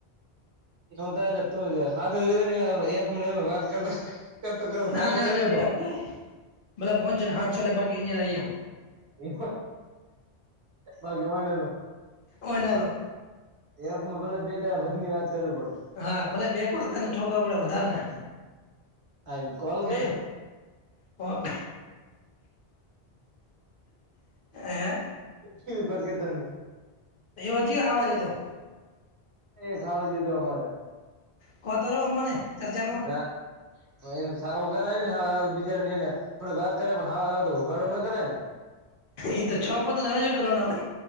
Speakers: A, on the right (about 70°); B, on the left (about 55°).
A: નવ તાર રેતો જા હાથ <unintelligible> એકને એક વાત કરતાં. કરતો કર સાવું
B: ના ના
A: થઈ
B: ના
A: હો.
B: બેટા ભલે ભલે પોનસો કે હાતસો લે બાકી આયા લઈ આવું.
A: એવ બાકી ઓય ને તો.
B: ઓય ના તો
A: એપમાં ભલે બે દડા વધની વાત કરવી પડે.
B: હા ભલે બે કોલ તને ઠોકવા પડે વધારને
A: આ એમ કોલ કેતો
B: બે. પોક હે.
A: શું બાકી તમે?
B: એવો ચી હાવજ હતો?
A: એ ખાવ જોઈતું અમારે.
B: કોતો રો અમને ચર્ચા
A: ના. એ સાવું કરાય ને હ તો બીજા એને થોડી વાત કરે હાર હાર તો ઉઘાડો ના કરાય ને.
B: એ તો છોપોતો હવે શું કરવાનું?